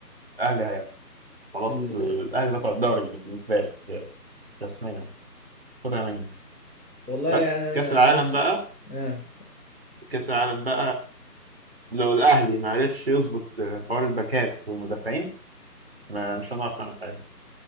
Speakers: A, on the right; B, on the left.
A: الاهلي هياخد خلاص
B: ال...
A: الاهلي بطل الدوري بالنسبه لك رسميا خدها مني
B: والله يعني
A: بس
B: انا
A: كاس العالم
B: نفسي
A: بقى
B: اه
A: كاس العالم بقى لو الاهلي ما عرفش يظبط حوار الباكات والمدافعين ما مش هنعرف نعمل حاجه